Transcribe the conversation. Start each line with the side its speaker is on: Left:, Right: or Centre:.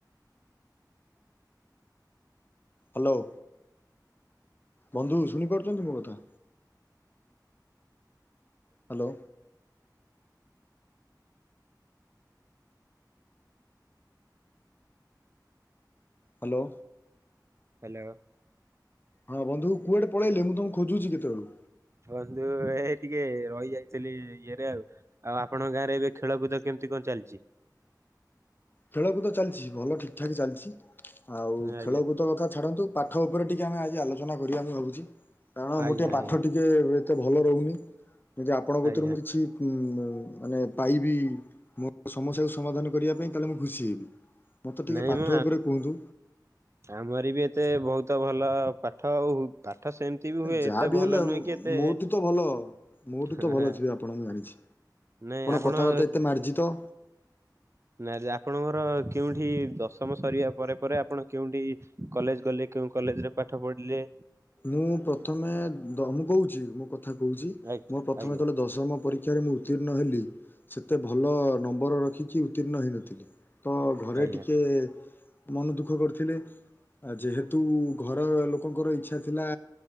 Left: ହ୍ୟାଲୋ ବନ୍ଧୁ ଶୁଣି ପାରୁଛନ୍ତି ମୋ କଥା। ହ୍ୟାଲୋ ହ୍ୟାଲୋ
Right: ହ୍ୟାଲୋ
Left: ହଁ ବନ୍ଧୁ କୁଆଡ଼େ ପଳେଇଲେ ମୁଁ ତମକୁ ଖୋଜୁଛି କେତେବେଳୁ।
Right: ବନ୍ଧୁ। ଏଇ ଟିକେ ରହି ଯାଇଥିଲି ଇଏରେ ଆଉ ଆଉ ଆପଣଙ୍କ ଗାଁରେ ଏବେ ଖେଳ କୁଦ କେମିତି କଣ ଚାଲିଛି।
Left: ଖେଳକୁଦ ଚାଲିଛି ଭଲ ଠିକ ଠାକ୍ ଚାଲିଛି। ଆଉ
Right: ଆଜ୍ଞା
Left: ଖେଳକୁଦ କଥା ଛାଡ଼ନ୍ତୁ। ପାଠ ଉପରେ ଟିକିଏ ଆମେ ଆଜି ଆଲୋଚନା କରିବା ମୁଁ ଭାବୁଛି କାରଣ
Right: ଆଜ୍ଞା
Left: ମୁଁ ଟିକିଏ ପାଠ
Right: ଆଜ୍ଞା
Left: ଟିକିଏ ଏତେ ଭଲ ରହୁନି। ଯଦି ଆପଣଙ୍କ ପକ୍ଷରୁ
Right: ଆଜ୍ଞା
Left: ମୁଁ କିଛି ଉଁ ମାନେ ପାଇବି ମୋ ସମସ୍ୟାକୁ ସମାଧାନ କରିବା ପାଇଁ, ତା ହେଲେ ମୁଁ ଖୁସି ହେବି। ମୋତେ ଟିକେ
Right: ନାଇଁ
Left: ପାଠ
Right: ମ
Left: ଉପରେ କୁହନ୍ତୁ।
Right: ଆମରି ବି ଏତେ ବହୁତ ଭଲ ପାଠ ଆଉ ପାଠ ସେମି ସେମିତି ବି ହୁଏ
Left: ଯାହା
Right: ଏତେ
Left: ବି
Right: ଭଲ
Left: ହେଲେ
Right: ନୁହେଁ କି ଏତେ
Left: ମୋଠୁ ତ ଭଲ ମୋଠୁ
Right: ଖରାପ
Left: ତ ଭଲ
Right: ନୁହେଁ।
Left: ଥିବେ ଆପଣ ମୁଁ ଜାଣିଛି।
Right: ନାଇଁ ଆପଣ
Left: କଥାବାର୍ତ୍ତା ଏତେ ମାର୍ଜିତ
Right: ନାଇଁ ଆପଣଙ୍କର କେଉଁଠି ଦଶମ ସରିବା ପରେ ପରେ ଆପଣ କେଉଠି କଲେଜ ଗଲେ କେଉଁ କଲେଜରେ। ପାଠ ପଢ଼ିଲେ।
Left: ମୁଁ ପ୍ରଥମେ - ଧମକୋହୁଛି ମୋ କଥା କହୁଛି।
Right: ଆଜ୍ଞା
Left: ମୋର ପ୍ରଥମେ
Right: ଆଜ୍ଞା
Left: ତତବେଳେ ଦଶମ ପରୀକ୍ଷାରେ ମୁଁ ଉତ୍ତୀର୍ଣ୍ଣ ହେଲି। ସେତେ ଭଲ ନମ୍ବର ରଖି କିିଛି ଉତ୍ତୀର୍ଣ୍ଣ ହୋଇନଥିଲି। ତ ଘରେ
Right: ଆଜ୍ଞା
Left: ଟିକେ ମନ ଦୁଃଖ କରିଥିଲେ। ଆ ଯେହେତୁ ଘରେ ଲୋକଙ୍କର ଇଚ୍ଛା ଥିଲା